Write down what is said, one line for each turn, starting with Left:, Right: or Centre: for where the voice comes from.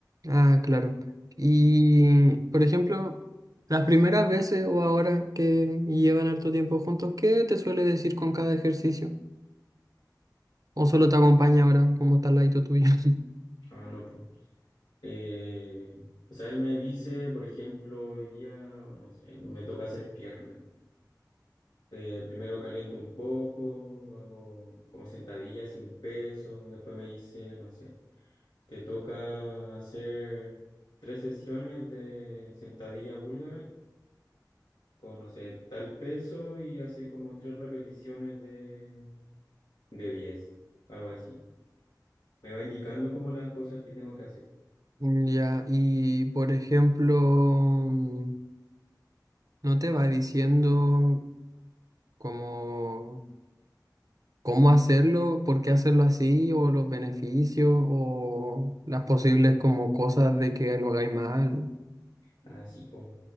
Right: Ah, claro. Y,
Left: Sí.
Right: por ejemplo, las primeras veces o ahora que llevan harto tiempo juntos, ¿qué te suele decir con cada ejercicio? ¿O solo te acompaña ahora como tal ladito tuyo? <laughs>
Left: Ah, no, pues. Eh, o sea, él me dice, por ejemplo, hoy día, no sé, me toca hacer pierna. Eh, primero caliento un poco, hago como sentadillas sin peso. Después me dice, no sé, te toca hacer tres sesiones de sentadilla búlgara con, no sé, tal peso y hace como tres repeticiones de de 10 algo así. Me va indicando como las cosas que tengo que hacer.
Right: Mm, Ya, y por ejemplo, mm, ¿no te va diciendo como cómo hacerlo, por qué hacerlo así, o los beneficios, o las posibles como cosas de que lo hagáis mal?
Left: Así pues.